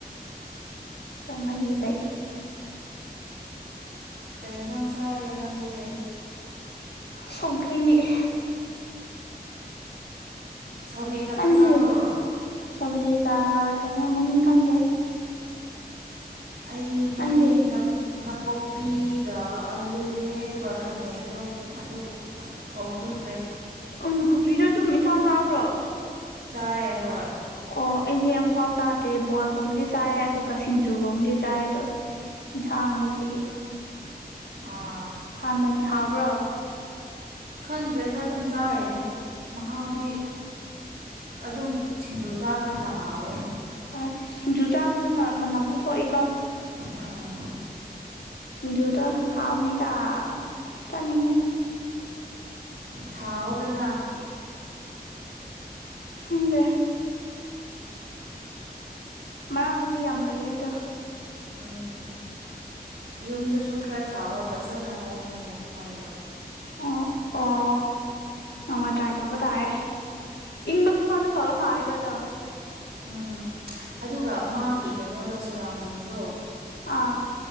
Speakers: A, on the left (about 80°); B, on the right (about 60°).
A: ꯍꯣꯏ ꯃꯔꯤ ꯂꯩ
B: ꯀꯩꯅ ꯁꯁꯥꯔꯦ ꯅꯪꯗꯤ
A: ꯁꯒꯔꯤ
B: ꯁꯧꯒ꯭ꯔꯤ ꯈꯛꯇ
A: ꯅꯪꯗꯤ
B: ꯆꯥꯕ꯭ꯔꯣ
A: ꯁꯧꯒ꯭ꯔꯤꯒ ꯀꯩꯅꯣ ꯃꯃꯤꯡ ꯈꯪꯗꯦ
B: ꯑꯩꯗꯤ
A: ꯅꯪꯗꯤ
B: ꯅꯥꯀꯨꯞꯄꯤ ꯑꯂꯨꯅꯦ ꯑꯗꯨꯒ ꯈꯥꯃꯦꯟꯗꯣ ꯑꯗꯨ ꯊꯣꯡꯕꯤꯈ꯭ꯔꯦ
A: ꯎ ꯀꯨꯞꯄꯤꯗꯣ ꯑꯗꯨꯝ ꯏꯟꯁꯥꯡ ꯆꯥꯕ꯭ꯔꯣ
B: ꯆ ꯍꯣꯏ
A: ꯑꯣ ꯑꯩꯗꯤ ꯌꯥꯝꯐꯥꯎ ꯆꯥꯗꯦ ꯕꯣꯜꯒꯨꯝꯕꯗꯤ ꯆꯥꯏ ꯑꯗꯨꯒ ꯁꯤꯡꯖꯨꯒꯨꯝꯕꯗꯤ ꯆꯥꯏ ꯑꯗꯣ ꯌꯦꯟꯁꯥꯡꯗꯗꯤ
B: ꯑꯥ
A: ꯍꯅꯤ ꯍꯥꯎꯕ꯭ꯔꯣ
B: ꯈꯪꯗ꯭ꯔꯦꯗ ꯑꯗꯨꯝ ꯆꯥꯔꯤꯅꯦ ꯃꯍꯥꯎꯗꯤ
A: ꯎꯝ
B: ꯑꯗꯨꯝ ꯁꯤꯡꯖꯨ ꯆꯥꯕꯅꯤꯅ ꯍꯥꯎꯋꯦ
A: ꯍꯣꯏ ꯁꯤꯡꯖꯨ ꯆꯥꯕꯗꯨꯅ ꯃꯅꯝꯁꯨ ꯊꯣꯛꯏꯀꯣ
B: ꯎꯝ
A: ꯌꯨꯗꯣ ꯍꯥꯎꯥꯎꯃꯤꯗ ꯇꯅꯤꯦ
B: ꯊꯥꯎ ꯑꯣꯗꯅ
A: ꯎꯝꯁꯦ ꯃꯔꯥꯡꯗꯤ ꯌꯥꯝ ꯂꯩꯌꯦ ꯑꯗꯣ
B: ꯎꯝ ꯌꯨꯝꯗꯁꯨ ꯈꯔ ꯊꯥꯎꯕ ꯐꯖꯅ ꯍꯧꯕꯅꯦ ꯃꯣꯏꯗꯣ
A: ꯑꯣ ꯑꯣ ꯅꯣꯡꯃ ꯇ꯭ꯔꯥꯏ ꯇꯧꯕ ꯇꯥꯔꯦ ꯏꯪꯕ ꯃꯐꯝꯗ ꯐꯕ ꯃꯥꯜꯂꯦꯀꯗꯣ
B: ꯎꯝ ꯑꯗꯨꯒ ꯃꯥꯒꯤ ꯀꯩꯅꯣꯗꯣ ꯁꯔꯥꯎꯟꯗꯤꯡꯗꯣ
A: ꯑꯥ